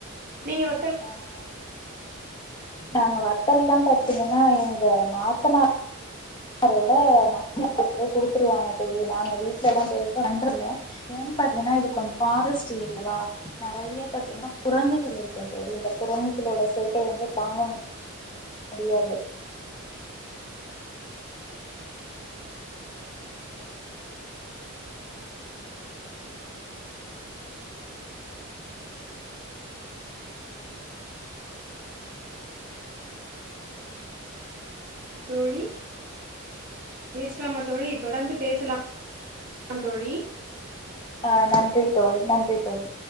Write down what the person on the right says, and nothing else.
நீங்க வ
தோழி பேசலாமா தோழி தொடர்ந்து பேசலாம் க்கோ தோழி